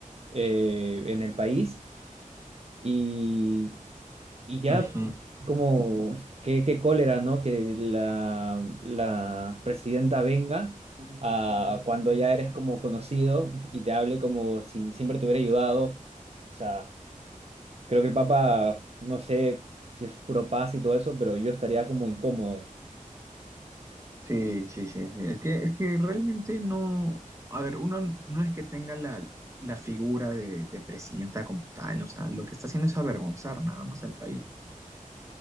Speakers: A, on the right (about 45°); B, on the right (about 20°).
A: eh, en el país. Y y ya,
B: Ujú.
A: como, qué, qué cólera, ¿no? Que la, la presidenta venga ah, cuando ya eres como conocido y te hable como si siempre te hubiera ayudado. O sea, creo que el Papa, no sé si es puro paz y todo eso, pero yo estaría como incómodo.
B: Sí, sí, sí, sí. Es que, es que realmente no, a ver, uno no es que tenga la, la figura de, de presidenta como tal, o sea, lo que está haciendo es avergonzar nada más al país.